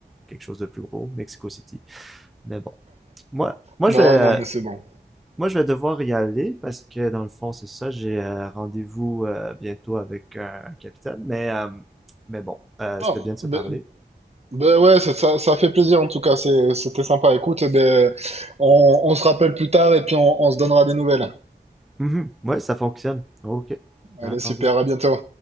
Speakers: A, in the centre; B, on the right.
A: quelque chose de plus gros, Mexico City. Mais bon, moi moi
B: Non,
A: je vais
B: non, mais c'est bon.
A: moi je vais devoir y aller parce que dans le fond c'est ça. J'ai euh, rendez-vous euh, bientôt avec un, un capitaine, mais euh, mais bon, euh,
B: Ah,
A: c'était bien de se
B: mais
A: parler.
B: Ben ouais, ça, ça, ça fait plaisir en tout cas, c'est- c'était sympa. Écoute, eh ben, on, on se rappelle plus tard et puis on on se donnera des nouvelles.
A: Mhm. Ouais, ça fonctionne. Ok,
B: Allez,
A: à tantôt.
B: super, à bientôt.